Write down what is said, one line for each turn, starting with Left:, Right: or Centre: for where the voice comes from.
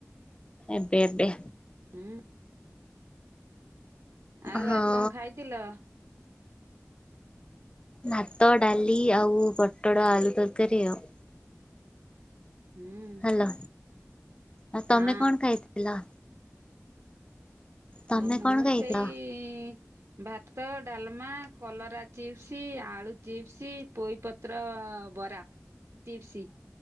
Left: ଏବେ ଏବେ।
Right: ଉଁ। ଆଉ
Left: ହଁ
Right: ଆଜି କଣ ଖାଇଥିଲ?
Left: ଭାତ ଡାଲି ଆଉ ପୋଟଳ ଆଳୁ ତରକାରୀ ଆଉ।
Right: ହୁଁ।
Left: ହ୍ୟାଲୋ ଆଉ ତମେ
Right: ହଁ
Left: କଣ ଖାଇଥିଲ? ତମେ
Right: ହଁ ମୁଁ
Left: କଣ ଖାଇଥିଲ
Right: ସେଇ ଭାତ ଡାଲମା କଲରା ଚିପ୍ସି ଆଳୁ ଚିପ୍ସ ପୋଇପତ୍ର ବରା ଚିପ୍ସ।